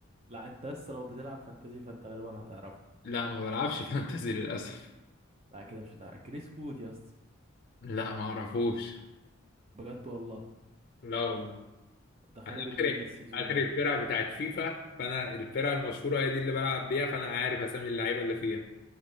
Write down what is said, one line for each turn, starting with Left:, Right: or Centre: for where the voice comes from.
Right: لا انت لسه لو بتلعب فانتازي فانت غالبا هتعرفه
Left: لا ما بلعبش <laughs> فانتزي للأسف
Right: لا كده مش هتعرف كريس وود يا اسطى
Left: لا ما أعرفوش
Right: بجد والله
Left: لا والله
Right: ده خارب
Left: انا
Right: الدنيا
Left: اخر
Right: السيزون
Left: اخر
Right: ده
Left: الفرقه بتاعت فيفا فانا الفرقه المشهوره هي دي اللي بلعب بيها فانا عارف اسامي اللعيبه اللي فيها